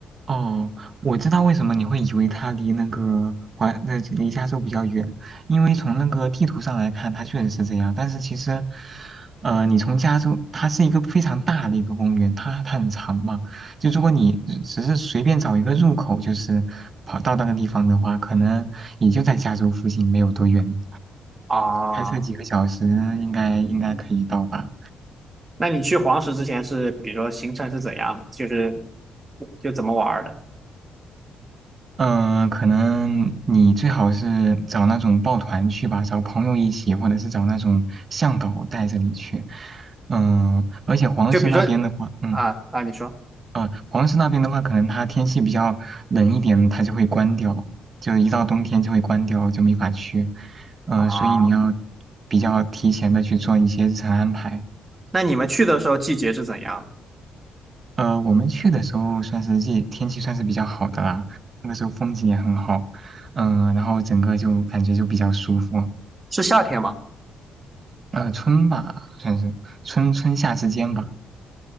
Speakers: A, on the right; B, on the right.
A: 哦，我知道为什么你会以为它离那个华，那离加州比较远，因为从那个地图上来看，它确实是这样。但是其实，呃，你从加州，它是一个非常大的一个公园，它它很长嘛。就如果你只只是随便找一个入口，就是跑到那个地方的话，可能也就在加州附近没有多远，
B: 啊。
A: 开车几个小时应该应该可以到吧。
B: 那你去黄石之前是，比如说行程是怎样的，就是就怎么玩儿的？
A: 嗯、可能你最好是找那种抱团去吧，找朋友一起，或者是找那种向导带着你去。嗯、而且黄石那边的话，
B: 就比如说
A: 嗯，
B: 啊啊，你说
A: 啊、黄石那边的话，可能它天气比较冷一点，它就会关掉，就一到冬天就会关掉，就没法去。呃，
B: 啊，
A: 所以你要比较提前的去做一些日程安排。
B: 那你们去的时候季节是怎样？
A: 呃，我们去的时候算是季天气算是比较好的啦，那个时候风景也很好，嗯、然后整个就感觉就比较舒服。
B: 是夏天吗？
A: 呃，春吧，算是春春夏之间吧。